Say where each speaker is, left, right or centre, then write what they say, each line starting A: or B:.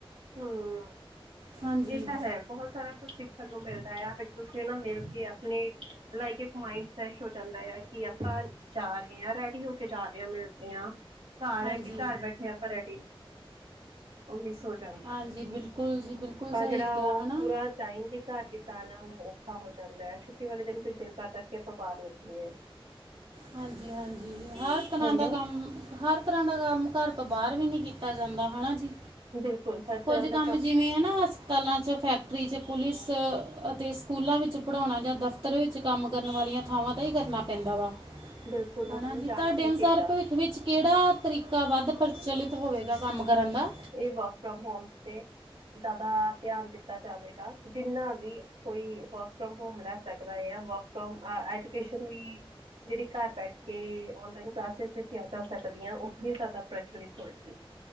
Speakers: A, on the right; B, on the right.
A: ਓ।
B: ਹਾਂਜੀ
A: ਏਅ ਤਾਂ ਹੈ, ਬੋਤ ਸਾਰਾ ਕੁਛ ਸਿੱਖਨ ਨੂੰ ਮਿਲਦਾ ਐ ਆਪ ਇੱਕ -ਦੂਸਰੇ ਨਾਲ ਮਿਲ ਕੇ ਆਪਨੇ ਲਾਈਕ ਇੱਕ ਮਾਈੰਡ ਫਰੈਸ਼ ਹੋ ਜਾਂਦਾ ਐ ਕਿ ਆਪਾਂ ਜਾ ਰੇ ਆ, ਰੈਡੀ ਹੋ ਕੇ ਜਾ ਰੇ ਆ, ਮਿਲਦੇ ਆ। ਘਰ
B: ਹਾਂਜੀ
A: ਹੈ ਕੇ ਘਰ ਬੈਠੇ ਆਪਾਂ ਰੈਡੀ, ਆਉਨੇ <unintelligible>
B: ਹਾਂਜੀ, ਬਿਲਕੁਲ ਜੀ। ਬਿਲਕੁਲ ਸਹੀ
A: ਜਿਹੜਾ
B: ਕੇਹਾ,
A: ਉਹ
B: ਹੈਨਾ?
A: ਪੂਰਾ ਟਾਈਮ ਦੇ ਘਰ ਦੀ ਤਾਂ ਨਾ, ਔਖਾ ਹੋ ਜਾਂਦੈ, ਛੁੱਟੀ ਵਾਲੇ ਦਿਨ ਫਿਰ ਦਿਲ ਕਰਦਾ ਕੇ ਆਪਾਂ ਬਾਰ ਨਿਕਲੀਏ।
B: ਹਾਂਜੀ-ਹਾਂਜੀ, ਹਰ ਤਰ੍ਹਾਂ
A: ਹਨਾ
B: ਦਾ ਕੰਮ, ਹਰ ਇਸ ਤਰ੍ਹਾਂ ਦਾ ਕੰਮ ਘਰ ਤੋਂ ਬਾਰ ਵੀ ਨੀ ਕੀਤਾ ਜਾਂਦਾ, ਹਨਾ ਜੀ?
A: ਜੀ ਬਿਲਕੁਲ। ਹਰ
B: ਕੁੱਝ
A: ਤਰ੍ਹਾਂ
B: ਕੰਮ
A: ਦਾ
B: ਜਿਵੇਂ ਓਨਾ ਆਸ ਤਲਾਂ 'ਚ, ਫੈਕਟਰੀ 'ਚ, ਪੁਲਿਸ ਅਤੇ ਸਕੂਲਾਂ ਵਿੱਚ ਪੜ੍ਹਾਉਣਾ ਜਾਂ ਦਫ਼ਤਰ ਵਿੱਚ। ਵਿੱਚ ਕੰਮ ਕਰਨ ਵਾਲੀਆਂ ਥਾਵਾਂ 'ਤੇ ਈ ਕਰਨਾ ਪੈਂਦਾ ਵਾ,
A: ਬਿਲਕੁਲ
B: ਹੈ
A: ਉਹਨਾਂ
B: ਨਾ
A: ਨੂੰ
B: ਜੀ?
A: ਜਾਣਾ
B: ਤੁਹਾਡੇ
A: ਹੀ
B: ਅਨੁਸਾਰ
A: ਪਏਗਾ
B: ਭਵਿੱਖ ਵਿੱਚ ਕੇੜਾ ਤਰੀਕਾ ਵੱਦ ਪ੍ਰਚਲਿਤ ਹੋਵੇਗਾ ਕੰਮ ਕਰਨ ਦਾ?
A: ਏਅ ਵਰਕ ਫਰੋਮ ਹੋਮ 'ਤੇ ਜਾਦਾ ਧਿਆਨ ਦਿੱਤਾ ਜਾਵੇਗਾ, ਜਿੰਨਾ ਵੀ ਕੋਈ ਵਰਕ ਫਰੋਮ ਹੋਮ ਲੈ ਸਕਦਾ, ਯਾ ਵਰਕ ਫਰੋਮ ਐਜੂਕੇਸ਼ਨ ਵੀ ਜੇੜੀ ਘਰ ਬੈਠ ਕੇ ਔਨਲਾਈਨ ਕਲਾਸਿਸ ਦਿੱਤੀਆਂ ਜਾ ਸਕਦੀਆਂ, ਉਹ ਵੀ ਜਾਦਾ ਪ੍ਰਚਲਿਤ ਹੋਏਗੀ।